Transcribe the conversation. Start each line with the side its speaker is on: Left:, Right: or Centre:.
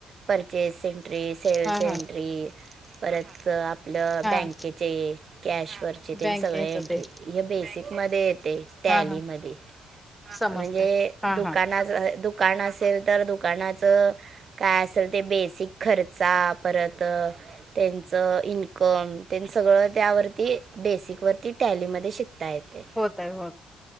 Right: परचेस एंट्री सेल्स
Centre: हा
Right: एंट्री
Centre: हा
Right: परत आपलं
Centre: हा
Right: बँकेचे कॅशवरचे तेन
Centre: बँकेच
Right: सगळे एंट्री.
Centre: ते
Right: हे बेसिक मध्ये येतय टॅली
Centre: हा हा
Right: मध्ये
Centre: समजतय
Right: आणि हे
Centre: हा
Right: दुकानात
Centre: हा
Right: जर दुकान असेल तर दुकानाचं काय असेल ते बेसिक खर्चा परत त्यांच इन्कम तेन सगळं त्यावरती बेसिक वरती टॅलीमध्ये शिकता येते.
Centre: होताय होत